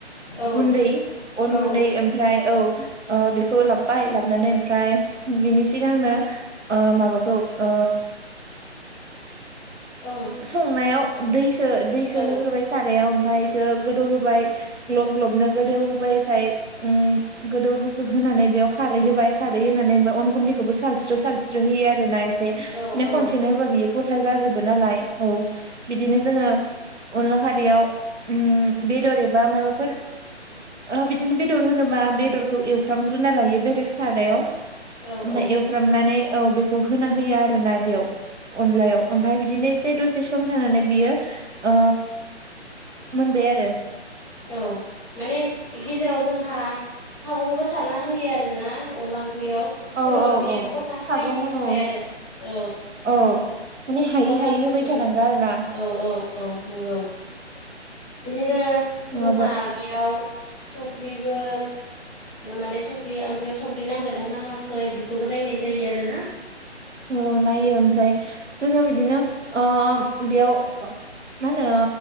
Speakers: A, in the centre; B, on the right (about 80°).
A: औ
B: गुन्दै अन
A: औ
B: गुन्दै ओम फ्राय औ ओ बेखौ लाबोबाय लाबोनै ओमफ्राय बिनि सिगांनो ओ माबाखौ ओ
A: औ
B: संनायाव दैखो दैखो
A: औ
B: होग्रोबाय सारायाव ओमफाय एखौ गोदौ होबाय। ग्लब ग्लबनो गोदौवहोबायथाय
A: <inaudible>
B: गोदौ हो हो-होनानै बेयाव खारै होबाय खारै होनानैबो अन गुन्दैखौबो सारस्रो सारस्रो होयो आरोना एसे माने
A: औ औ
B: खनसेनो
A: औ
B: होबा बियो गथा जाजोबो नालाय औ बिदिनो जोङो अनला खारैयाव उम बेदर एबा मायोबाफोर ओ बिदिनो बेदर होनोबा बेदरखौ एवफ्रामग्रोना लायो बेरेक सारायाव ओफाय
A: औ औ
B: एवफ्रामनानै औ बेखौ होना होयो आरोना बेयाव। अनलायाव ओमफाय बिदिनो से दसे सम होनानै बेयो ओ मोनबाय आरो
A: औ माने गेजेराव जोंहा सागंबो सारना होयो आरोना अनला ओंख्रियाव जेन'बा
B: औ औ
A: बियो
B: औ
A: गथा
B: साग'न
A: खायिनि थाखाय
B: उदु
A: आरो औ
B: औ माने हायै
A: गथा
B: हायै होबाय
A: उम
B: थानांगौ आरो ना।
A: औ औ औ नंगौ बिदिनो
B: नङाबा
A: जोंहा बेयाव संख्रिबो माने संख्रि ओंख्रियाव संख्रि नांगोना नाङाखै बेखौबो नायनाय जायो आरो ना।
B: औ नायो ओमफ्राय जोङो बिदिनो ओ बेयाव ओ मा होनो